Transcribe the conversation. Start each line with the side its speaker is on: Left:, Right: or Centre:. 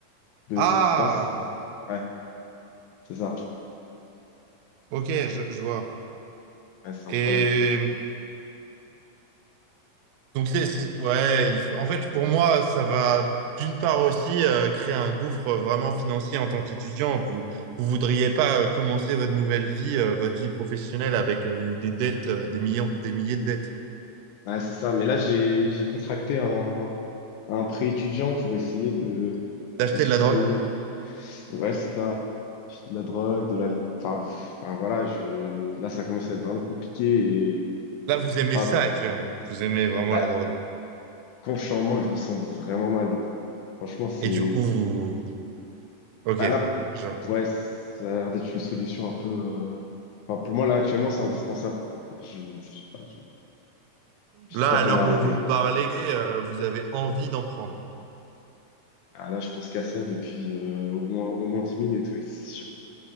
Left: de
Right: Ah,
Left: ce qui se passe. Ouais, c'est ça.
Right: ok, je, je vois.
Left: Ouais, c'est un
Right: Et
Left: problème.
Right: donc, c'est, c'est- ouais, il- en fait, pour moi, ça va d'une part aussi euh, créer un gouffre vraiment financier en tant qu'étudiant. Vous vous voudriez pas euh, commencer votre nouvelle vie, euh, votre vie professionnelle avec euh, des dettes, euh, des millions, des milliers de dettes,
Left: Ouais, c'est ça. Mais là, j'ai, j'ai contracté un, un prêt étudiant pour essayer de,
Right: d'acheter
Left: de subvenir.
Right: de la drogue.
Left: Ouais, c'est ça. De la drogue, de la... Enfin, enfin, voilà, je... là, ça commence à être vraiment compliqué. Et...
Right: Là, vous aimez
Left: Enfin,
Right: ça actuellement. Vous aimez vraiment
Left: bah,
Right: la drogue.
Left: quand je suis en manque, je me sens vraiment mal. Franchement, c'est...
Right: Et du coup, vous... Ok.
Left: Bah là,
Right: je-
Left: ouais, ça a l'air d'être une solution un peu. euh, enfin, pour moi, là, actuellement, c'est indispensable. quoi. Je, je sais pas, je, je
Right: Là,
Left: sais pas
Right: à
Left: comment
Right: l'heure
Left: arrêter.
Right: où vous me parlez, euh, vous avez envie d'en prendre.
Left: Ah, là, je pense qu'à ça depuis euh, au moins, au moins 10 minutes, oui, c'est sûr.